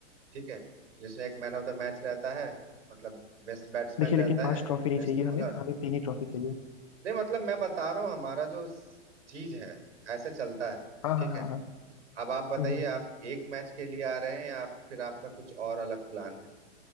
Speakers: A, on the right (about 80°); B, on the left (about 30°).
A: ठीक है जिसमें एक मैन ऑफ द मैच रहता है मतलब बेस्ट बैट्समैन
B: देखिए
A: रहता
B: लेकिन पांच
A: है
B: ट्रॉफी नहीं
A: बेस्ट
B: चाहिए
A: बॉलर
B: हमें हमें तीन ही ट्रॉफी चाहिए
A: नहीं मतलब मैं बता रहा हूँ हमारा जो चीज है ऐसे चलता है
B: हाँ
A: ठीक
B: हाँ हाँ
A: है
B: हाँ
A: अब आप बताइए
B: हम्म हम्म।
A: आप एक मैच के लिए आ रहे हैं या आप- फिर आपका कुछ और अलग प्लान